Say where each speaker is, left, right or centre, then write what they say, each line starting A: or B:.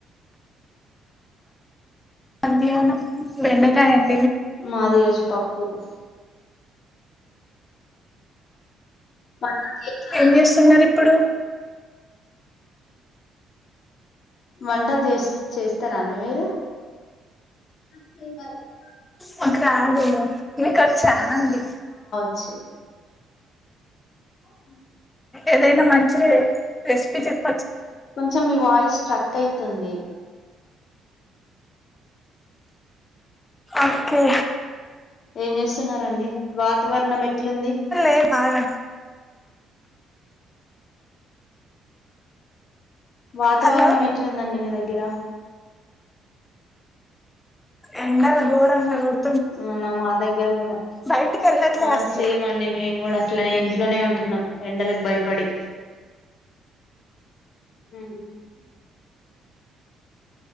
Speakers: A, on the left; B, on the left.
A: మధ్యానం బెండకాయండి
B: మాదిరోజు పప్పు పో.. వ ట జేశారా
A: ఏం
B: అండి
A: చేస్తున్నారు ఇప్పుడు
B: మీరు వంటలు జెస్ చేస్తారా అండి మీరు మంట <unintelligible>
A: నాకు రాదు మీకు అచ్చఅండి
B: అచ్చ <inaudible>
A: ఏదైనా మంచి రెసిపీ చెప్
B: కొంచెం మీ వాయిస్ స్ట్రక్ క్ అయితుంది
A: ఓకే
B: ఏం చేస్తున్నండి వాతావరణం ఎట్లుంది
A: లేదు ఆగండి
B: వాతావరణం
A: హలో
B: ఎట్లుందండి మీ దగ్గర
A: ఎండలు గోరంగా గోడ్
B: అవునా మా దగ్గర గూడా
A: బయటికి వెళ్ళట్లే
B: ఆ
A: అసలు
B: సేమ్ అండి మేము గూడా ఇట్లా నేను ఇంట్లోనే ఉంటున్నా ఎండలకు భయపడి అ